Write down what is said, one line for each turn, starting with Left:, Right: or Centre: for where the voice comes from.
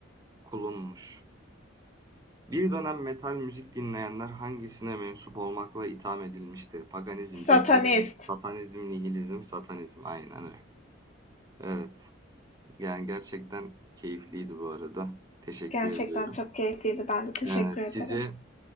Right: Kulunmuş. Bir dönem metal müzik dinleyenler hangisine mensup olmakla itham edilmiştir? Paganizm,
Left: Satanist.
Right: deccalizm, satanizm, nihilizm, satanizm. Aynen öyle. Evet. Yani gerçekten keyifliydi bu arada. Teşekkür
Left: Gerçekten
Right: ediyorum.
Left: çok keyifliydi. Ben de teşekkür
Right: Ee, size
Left: ederim.